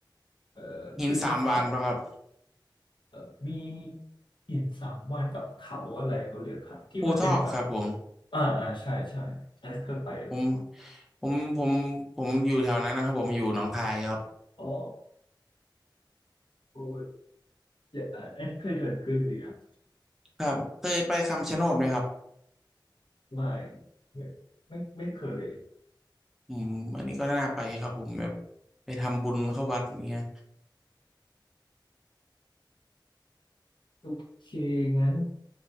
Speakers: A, on the left; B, in the centre.
A: เอ่อขึ้นเขา
B: หินสามวานปะครับ
A: เอ่อมีหินสามวันกับเขาอะไรเขาเรียกครับที่มันเป็นแบบ
B: ภูทอกครับผม
A: อ่าอ่าใช่ใช่อันนั้นเคยไปอะ
B: ผมผมผมผมอยู่แถวนั้นนะครับผมอยู่หนองคายครับ
A: อ๋อโอ้ย อย่าอ่าอันนี้เคยเดินขึ้นหรือยัง
B: ครับเคยไปคำชะโนดไหมครับ
A: ไม่ไม่ไม่ไม่เคย
B: อืมอันนี้ก็น่าไปครับผมแบบไปทำบุญเข้าวัดเงี้ย
A: โอเคงั้น